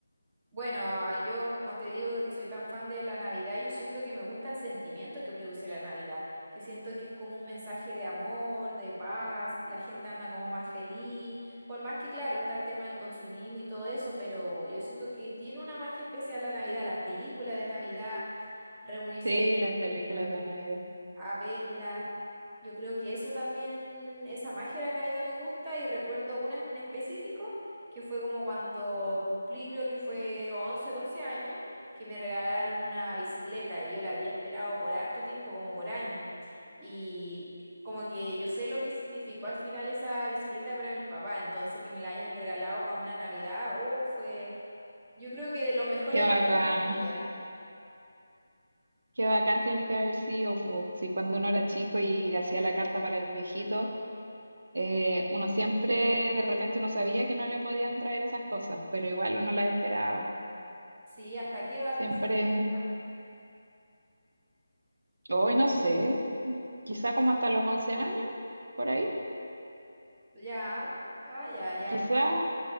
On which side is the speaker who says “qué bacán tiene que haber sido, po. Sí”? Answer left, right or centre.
Right